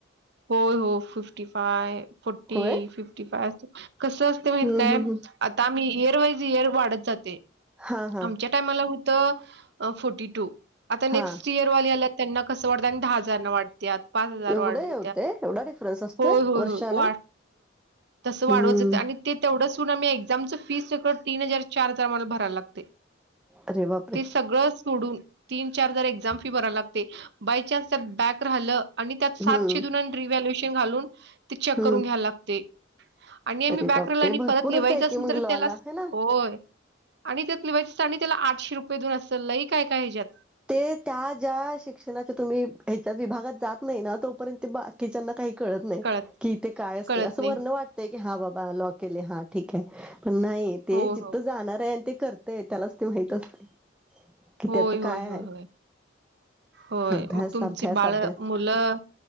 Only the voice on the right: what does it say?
होय हो फिफ्टी फाय फोर्टी
फिफ्टी फाय कसं असते
माहित आहे
काय?
आता आम्ही एयर वाईज इयर वाढत जाते
आमच्या माझ्या टाईमला होतं फोर्टी टू आता नेक्स्ट
इयर ल्या त्यांना कस वात आणि दहा हजार वाटते पाच हजार
वाढू.
हो
तस वाढव.
तेवढं सु आम्ही एक्झमचं फी सगळ तीन हजार चार हजार आ्हाला भरायला लागते.
ते सगळं सोडून तीन चार जर एक्झाम फी भरा लागते बाय न्स त्यात बॅक राहिलं आणि त्यात सात
द रिव्हल्युएशन घालून ते चेक
करून घ्या लागते. आणि आम्ही
बॅकला
आणि
परत लिवायचं
असल
तररी
त्याला
होय. आणि त्यात लिवायची चाणी त्याला आठे रुपये देऊन असतं लई काय काय ह्यात.
कळत
कळत
नाही.
हो,
हो.
होय
होय
हो
होय. होय
मग तुमची
बाळ
मुलं